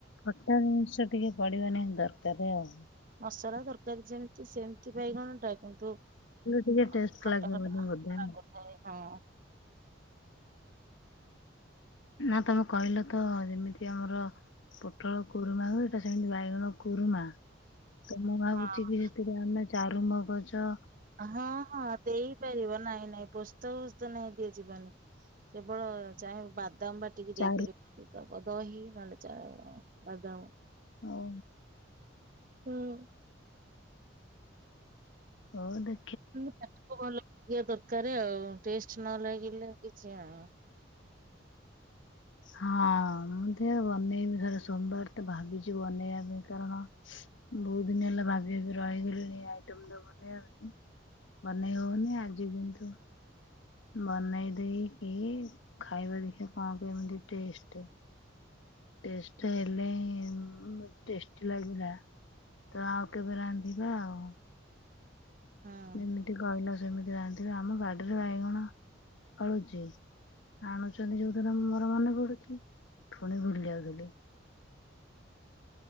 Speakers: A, on the left; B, on the right.
A: ଖଟା ଜିନିଷ ଟିକେ ପଡିବା ନିହାତି ଦରକାର ଆଉ।
B: ମସରା ତରକାରୀ ଯେମିତି ସେମିତି ବାଇଗଣ ଟା କିନ୍ତୁ
A: ହେଲେ ଟିକେ
B: ହଁ
A: ଟେଷ୍ଟ
B: ଖଟା
A: ଲାଗିବନି
B: ଖଟା
A: ବୋଧେ।
B: ଲାଗୁଥାଏ ହଁ।
A: ନା ତମେ କହିଲ ତ ଯେମିତି ଆମର। ପୋଟଳ କୁରୁମା ହୁଏ ତ ସେମିତି ବାଇଗଣ କୁରୁମା। ତ ମୁଁ ଭାବୁଛି
B: ହଁ
A: କି ସେଥିରେ ଆମେ ଚାରୁମଗଜ।
B: ହଁ ହଁ ଦେଇ। ପାରିବ ନାଇଁ ନାଇଁ ପୋସ୍ତ ଫୋସ୍ତ ନାଇଁ ଦିଆ ଯିବନି କେବଳ ଚା ବାଦାମ ବା ବାଟିକୀ
A: ଚାରୁ
B: ଦେଇପାରିବ ଦବ ଦହି ନହେଲେ ଚା, ବାଦାମ।
A: ଓହୋ।
B: ହୁଁ।
A: ହଉ ଦେ
B: ଖାଲି ପାଟିକୁ ଭଲ ଲାଗିବା ଦରକାର ଆଉ ଟେଷ୍ଟ ନ ଲାଗିଲେ କିଛି ଆ
A: ହଁ ମୁଁ ଥେୟା ବନେଇବି <unintelligible> ସୋମବାର ତ ଭାବିଛି ବନେଇବା ପାଇଁ କାରଣ। ବହୁତ ଦିନି ହେଲା ଭାବି ଭାବି ରହିଗଲିଣି ଆଇଟମ ଟା ବନେଆ ପାଇଁ। ବନେଇ ହଉନି ଆଜି କିନ୍ତୁ। ବନେଇ ଦେଇକି ଖାଇବା ଦେଖିବା କଣ କେମିତି ଟେଷ୍ଟ। ଟେଷ୍ଟ ହେଲେ ହିଁ ଉଁ ଟେଷ୍ଟି ଲାଗିଲା। ତ ଆଉ କେବେ ରାନ୍ଧିବା ଆଉ।
B: ହଁ
A: ଯେମିତି କହିଲ ସେମିତି ରାନ୍ଧିବା ଆମ ବାଡିରେ ବାଇଗଣ ଫଳୁଛି। ଆଣୁଛନ୍ତି ଯୋଉଦିନ ମୋର ମନେ ପଡୁଛି ଫୁଣି ଭୁଲି ଯାଉଥିଲି।